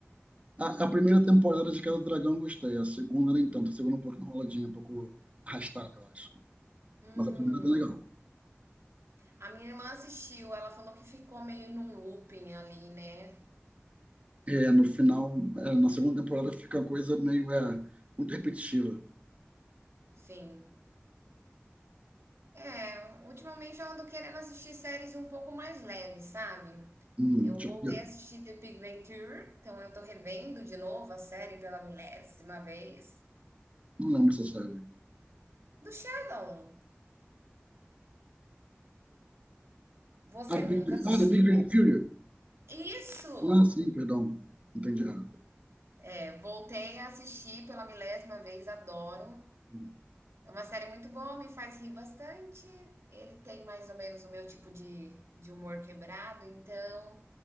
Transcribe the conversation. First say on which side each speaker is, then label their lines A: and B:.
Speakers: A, on the right; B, on the right.
A: A, a primeira temporada de Casa do Dragão eu gostei, a segunda nem tanto, a segunda um pouco enroladinha, um pouco arrastada, eu acho.
B: Hum.
A: Mas a primeira é bem legal.
B: A minha irmã assistiu, ela falou que ficou meio num looping ali, né?
A: É, no final, é, na segunda temporada fica a coisa meio é, muito repetitiva.
B: Sim. É, ultimamente eu ando querendo assistir séries um pouco mais leves, sabe?
A: Hum,
B: Eu
A: tipo,
B: voltei a assistir The Big Bang Theory, então eu tô revendo de novo a série pela milésima vez.
A: não lembro essa série.
B: Do Sheldon, você
A: Ah, The Big,
B: nunca assistiu?
A: ah, The Big Bang Theory.
B: Isso!
A: Ah, sim, perdão. Entendi errado.
B: É, voltei a assistir pela milésima vez, adoro.
A: Hum,
B: É uma série muito boa, me faz rir bastante. Ele tem mais ou menos o meu tipo de, de humor quebrado, então